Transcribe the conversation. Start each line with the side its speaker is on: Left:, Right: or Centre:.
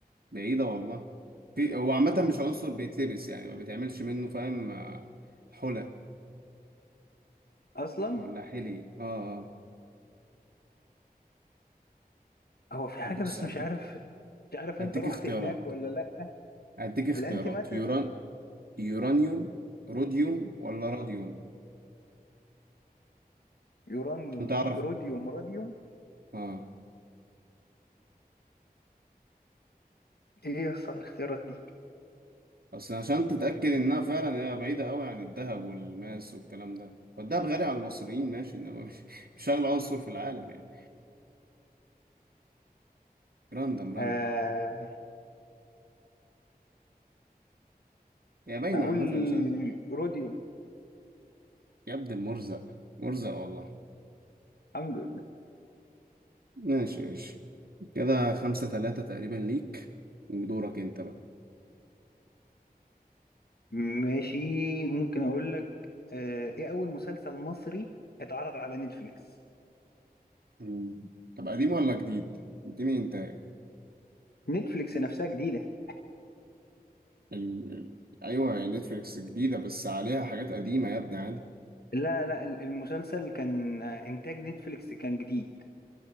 Right: بعيدة والله في هو عامة مش عنصر بيتلبس يعني ما بيتعملش منه فاهم آه، حلى
Left: اصلا
Right: ولا حلي اه اه
Left: هو في
Right: طب
Left: حاجة
Right: بص
Left: بس
Right: هديك
Left: مش عارف مش عارف
Right: هديك
Left: انت رحت
Right: اختيارات
Left: هناك ولا لا
Right: هديك اختيارات
Left: الانتي ماتر
Right: يوران يورانيوم روديوم ولا راديوم
Left: يورانيوم
Right: عشان تعرف
Left: روديوم راديوم
Right: اه
Left: ايه يصل الاختيارات دي
Right: بس عشان تتأكد انها فعلا هي بعيدة قوي عن الذهب والماس والكلام ده والدهب غالي على المصريين ماشي انما مش مش اغلى عنصر في العالم يعني راندم راندم
Left: آه
Right: هي باينة
Left: اقول
Right: عامة مش عارف
Left: روديوم
Right: يا ابن مرزق مرزق والله
Left: الحمد لله
Right: ماشي ماشي كده خمسة تلاتة تقريبا ليك ودورك انت بقى
Left: ماشي ممكن اقول لك آه ايه اول مسلسل مصري اتعرض على نتفليكس
Right: مم. طب قديم ولا جديد؟ اديني انت
Left: نتفليكس نفسها جديدة
Right: ال... ال... ايوه هي نتفليكس جديدة بس عليها حاجات قديمة يا ابني عادي
Left: لا لا ال- المسلسل كان آه، انتاج نتفليكس كان جديد